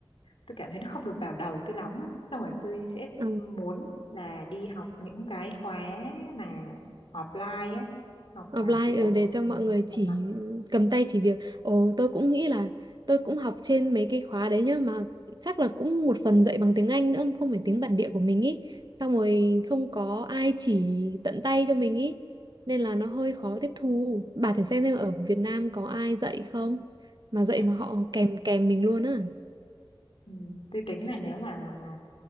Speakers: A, on the left; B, on the right.
A: tôi cảm thấy nó không được vào đầu tôi lắm á xong rồi tôi sẽ
B: Ừ.
A: muốn là đi học những cái khóa mà offline á học
B: Offline
A: mà kiểu
B: ừ, để cho
A: ừ,
B: mọi người chỉ
A: học mà
B: cầm tay chỉ việc. Ồ, tôi cũng nghĩ là tôi cũng học trên mấy cái khóa đấy nhá mà chắc là cũng một phần dạy bằng tiếng Anh nữa không phải tiếng bản địa của mình ý. Xong rồi không có ai chỉ tận tay cho mình ý. Nên là nó hơi khó tiếp thu. Bà thử xem xem ở Việt Nam có ai dạy không? Mà dạy
A: ừ,
B: mà họ kèm kèm mình luôn á.
A: ừ. tôi tính là nếu mà mà